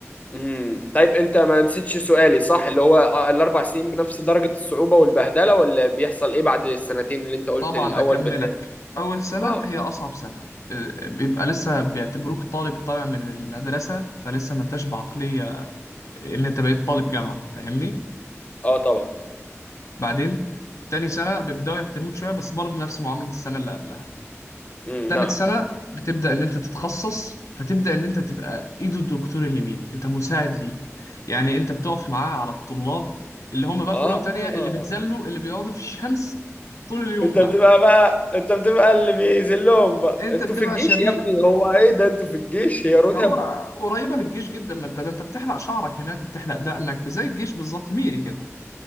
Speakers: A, on the left; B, on the left.
A: امم طيب انت ما نسيتش سؤالي صح اللي هو آه، الاربع سنين بنفس درجة الصعوبة والبهدلة ولا بيحصل ايه بعد السنتين اللي انت قلت
B: طبعا
A: الاول
B: اكملك
A: بتاع
B: اول سنه
A: اه
B: هي اصعب سنه أه، بيبقى لسه بيعتبروك طالب طالع من المدرسه فلسه ما انتش بعقليه اللي انت بقيت طالب جامعه فاهمني
A: اه طبعا
B: بعدين تاني سنه بيبداوا يحترموك شويه بس برضه نفس معامله السنه اللي قبلها
A: امم
B: تالت
A: نعم
B: سنه بتبدا ان انت تتخصص فتبدا ان انت تبقى ايد الدكتور اليمين انت مساعد ليه يعني انت بتقف معاه على الطلاب اللي هم بقى
A: اه
B: في اولى وتانيه اللي بيتذلوا اللي بيقعدوا في الشمس طول اليوم
A: انت
B: بقى
A: بتبقى بقى انت بتبقى اللي بيذلهم بقى
B: انت
A: انتوا
B: بتبقى
A: في الجيش
B: شبيه
A: يا ابني هو ايه ده انتوا في الجيش هي رتب
B: هو قريبه للجيش جدا ما انت ده انت بتحلق شعرك هناك وبتحلق دقنك وزي الجيش بالظبط ميري كده